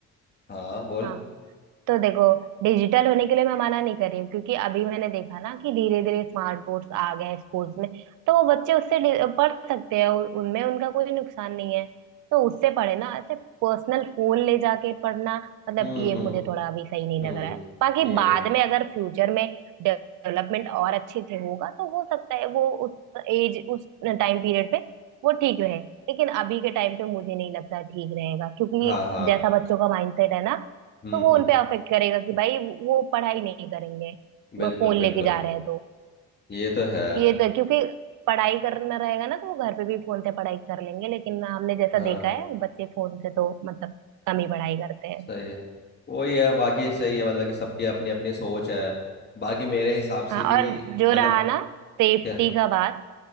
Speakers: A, on the left (about 35°); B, on the right (about 80°).
A: हाँ बोल
B: हाँ तो देखो डिजिटल होने के लिए मैं मना नहीं कर रही हूँ क्योंकि अभी मैंने देखा ना कि धीरे धीरे स्मार्ट बोर्ड्स आ गए हैं स्कूल्स में तो वो बच्चे उससे डि- पढ़ सकते हैं उ- उनमें उनका कोई नुकसान नहीं है तो उससे पढ़े ना ऐसे पर्सनल फोन ले जाके पढ़ना मतलब
A: हम्म
B: ये
A: हम्म
B: मुझे थोड़ा अभी सही नहीं
A: हम्म
B: लग रहा है बाकी
A: ये
B: बाद
A: भी
B: में अगर फ्यूचर में डेवलपमेंट और अच्छे से होगा तो हो सकता है वो उस एज उस टाइम पीरियड पे वो ठीक रहे लेकिन अभी के टाइम पे मुझे नहीं लगता ठीक रहेगा क्योंकि
A: हाँ हाँ
B: जैसा बच्चों का माइंडसेट है ना
A: हम्म
B: तो वो
A: हम्म
B: उनपे अफेक्ट करेगा कि भाई वो पढ़ाई नहीं करेंगे
A: बिल्कुल
B: फोन
A: बिल्कुल
B: लेके जा रहे हैं तो
A: ये तो है
B: ये तो क्योंकि पढ़ाई करना रहेगा ना तो वो घर पे भी फोन से पढ़ाई कर लेंगे लेकिन हमने जैसा
A: हाँ
B: देखा है बच्चे फोन से तो मतलब कम ही पढ़ाई करते हैं
A: सही है वही है बाकी सही है मतलब कि सबकी अपनी अपनी सोच है बाकी मेरे हिसाब
B: हाँ
A: से भी
B: और जो
A: मतलब
B: रहा ना सेफ्टी
A: क्या
B: का बात